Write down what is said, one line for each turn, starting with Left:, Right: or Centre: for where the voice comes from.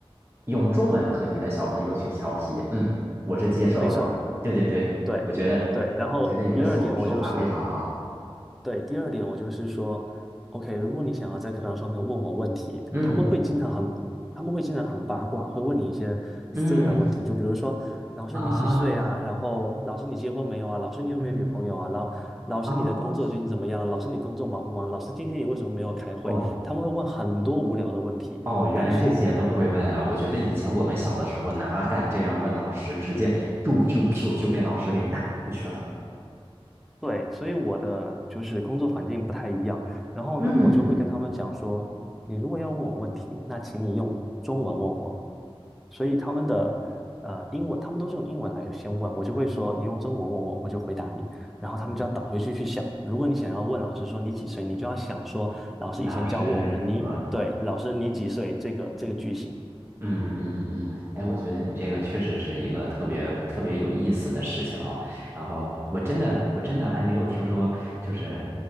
Right: 用中文和你的小朋友去调皮，嗯，我是接受的，
Centre: 没错，
Right: 对对对，
Centre: 对对。
Right: 我觉得我觉得你的手手法非常好，
Centre: 然后第二点，我就是对，第二点我就是说，OK，如果你想要在课堂上面问我问题，
Right: 嗯
Centre: 他们会经常很，他们会经常很八卦，会问你一些私人问题，
Right: 嗯
Centre: 就比如说，老师你几岁啊？
Right: 啊
Centre: 然后老师你结婚没有啊？老师你有没有女朋友啊？
Right: 嗯
Centre: 老老师你的工作最近怎么样？
Right: 啊
Centre: 老师你工作忙不忙？老师今天你为什么没有开会？
Right: 哦。
Centre: 他们会问很多无聊的问题，
Right: 哦，原来这些都会问啊！
Centre: 但是
Right: 我觉得以前我们小的时候哪敢这样问老师，直接就就就就被老师给打过去了。
Centre: 对，所以我的就是工作环境不太一样，然后那我就会跟他们讲说，
Right: 嗯
Centre: 你如果要问我问题，那请你用中文问我。所以他们的呃英文，他们都是用英文来先问，我就会说你用中文问我，我就回答你，然后他们就要倒回去去想。
Right: 嗯，
Centre: 如果你想要问老师说你几岁，你就要想说老师以前教过我们，
Right: 老师，
Centre: 你对老师你几岁这个这个句型，
Right: 我嗯嗯嗯，哎，我觉得你这个确实是一个特别特别有意思的事情哦。然后我真的我真的还没有听说，就是